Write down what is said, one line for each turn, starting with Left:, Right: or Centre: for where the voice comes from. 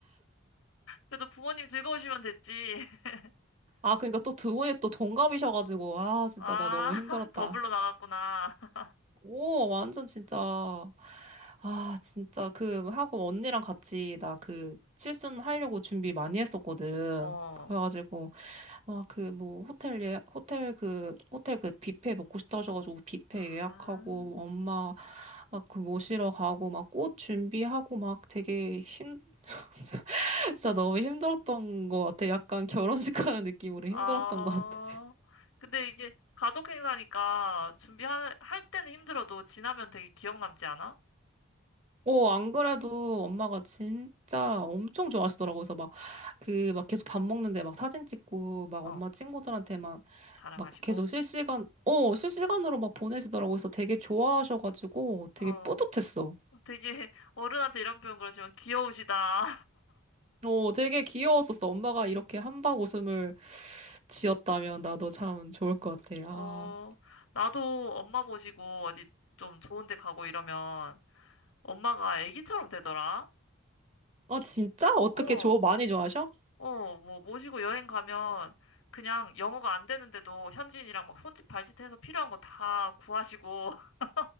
Left: 그래도 부모님 즐거우시면 됐지. <laughs>
Right: 아, 그러니까 또 두 분이 또 동갑이셔가지고 아, 진짜
Left: 아,
Right: 나 너무
Left: <laughs>
Right: 힘들었다.
Left: 더블로 나갔구나. <laughs>
Right: 오, 완전 진짜 아, 진짜 그 하고 언니랑 같이 나 그 칠순 하려고 준비 많이 했었거든.
Left: 어.
Right: 그래가지고 아, 그, 뭐, 호텔 예, 호텔 그, 호텔 그 뷔페 먹고 싶다 하셔가지고, 뷔페
Left: 아,
Right: 예약하고, 엄마, 막 그 모시러 가고, 막 꽃 준비하고, 막 되게 힘, <laughs> 진짜 너무 힘들었던 것 같아. 약간 결혼식 가는 느낌으로
Left: 아.
Right: 힘들었던 것 같아.
Left: 근데 이게 가족 행사니까 준비할 할 때는 힘들어도 지나면 되게 기억 남지 않아?
Right: 어, 안 그래도 엄마가 진짜 엄청 좋아하시더라고. 그래서 막, 그, 막 계속 밥 먹는데 막 사진 찍고, 막
Left: 어,
Right: 엄마 친구들한테 막,
Left: 자랑하시고.
Right: 막 계속 실시간, 어, 실시간으로 막 보내시더라고. 그래서 되게 좋아하셔가지고 되게
Left: 어,
Right: 뿌듯했어.
Left: 되게 <laughs> 어른한테 이런 표현 그러지만 귀여우시다.
Right: 어, 되게 귀여웠었어. 엄마가 이렇게 함박 웃음을 지었다면 나도 참 좋을 것 같아. 아,
Left: 어, 나도 엄마 모시고 어디 좀 좋은 데 가고 이러면 엄마가 애기처럼 되더라.
Right: 아 진짜? 어떻게
Left: 어,
Right: 좋아? 많이 좋아하셔?
Left: 어, 뭐 모시고 여행 가면 그냥 영어가 안 되는데도 현지인이랑 막 손짓 발짓 해서 필요한 거 다 구하시고 <laughs>